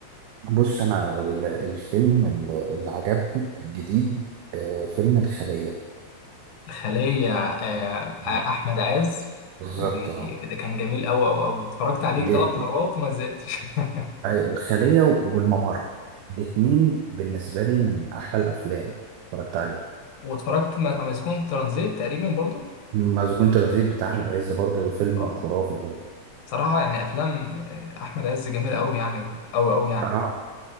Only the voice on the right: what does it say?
بص انا ال- الفيلم ال- اللي عجبني الجديد آه فيلم الخلية
آه.
بالظبط
اه
جد
أيوة، الخلية والممر الاتنين بالنسبة لي من أحلى الأفلام اتفرجت عليها
مسجون ترانزيت بتاع أحمد عز برضه فيلم
خرافي ده
اه